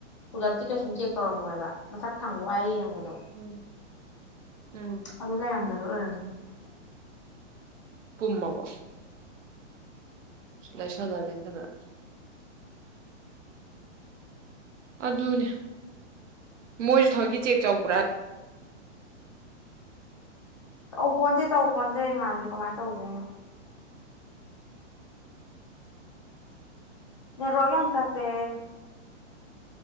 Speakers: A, on the left; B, on the right.
A: ꯄꯨꯂꯞꯇꯤ ꯀꯩꯁꯨꯝ ꯆꯦꯛ ꯇꯧꯔꯝꯃꯣꯏꯕ ꯃꯊꯛ ꯊꯪꯕ ꯋꯥꯏ ꯌꯦꯡꯕꯗꯣ
B: ꯎꯝ ꯎꯝ
A: ꯑꯗꯨ ꯂꯩꯔꯝꯗꯕꯩ ꯑꯣꯏꯔꯝꯅꯤ- ꯅꯤꯃꯦ
B: ꯄꯨꯝꯃꯕꯣ ꯂꯩꯁꯜꯂ ꯂꯩꯁꯜꯂ ꯑꯗꯨꯅꯦ ꯃꯣꯏꯁꯨ ꯊꯑꯣꯏꯀꯤ ꯆꯦꯛ ꯆꯧꯕ꯭ꯔꯥ
A: ꯇꯧ ꯄꯣꯟꯇꯦ ꯇꯧ ꯄꯣꯟꯇꯦ ꯏꯃꯥꯟꯅꯕꯤ ꯀꯃꯥꯏꯅ ꯇꯧꯗꯣꯏꯅꯣ ꯅꯔꯣꯒ ꯇꯄꯦ